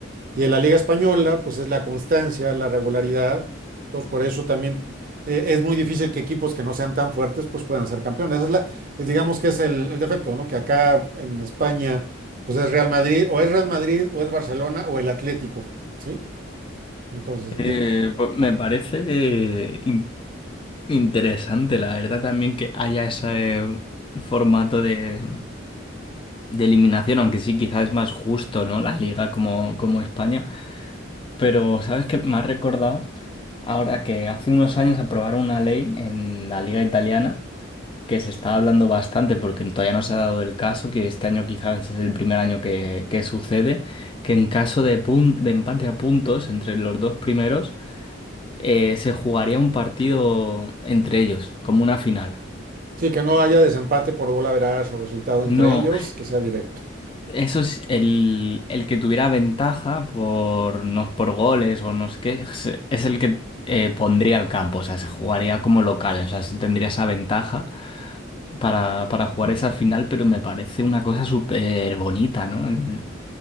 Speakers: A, on the right; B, on the left.
A: Y en la Liga Española, pues es la constancia, la regularidad. Entonces, por eso también eh, es muy difícil que equipos que no sean tan fuertes, pues puedan ser campeones. Esa es la, es, digamos que es el, el defecto, ¿no? Que acá en España, pues es Real Madrid, o es Real Madrid, o es Barcelona, o el Atlético, ¿sí? Entonces,
B: eh,
A: ya.
B: pues me parece eh, in- interesante, la verdad, también que haya ese eh, formato de, de eliminación, aunque sí, quizás es más justo, ¿no? La liga como, como España. Pero, ¿sabes qué? Me ha recordado ahora que hace unos años aprobaron una ley en la liga italiana. que se está hablando bastante, porque todavía no se ha dado el caso, que este año quizás es el primer año que, que sucede, que en caso de, pun- de empate a puntos entre los dos primeros, eh, se jugaría un partido entre ellos, como una final.
A: Sí, que no haya desempate por gol average o resultado entre
B: No
A: ellos, que sea directo.
B: Eso es el, el que tuviera ventaja por, no, por goles o no sé qué, se- es el que eh, pondría al campo, o sea, se jugaría como local, o sea, sí tendría esa ventaja para, para jugar esa final, pero me parece una cosa súper bonita, ¿no? El-